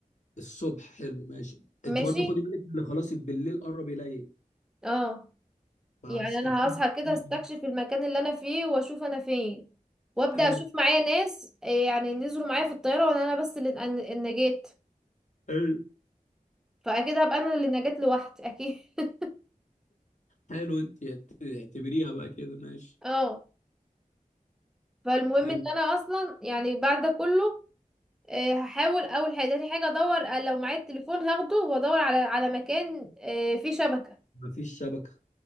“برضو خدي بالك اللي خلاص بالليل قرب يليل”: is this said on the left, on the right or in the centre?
Left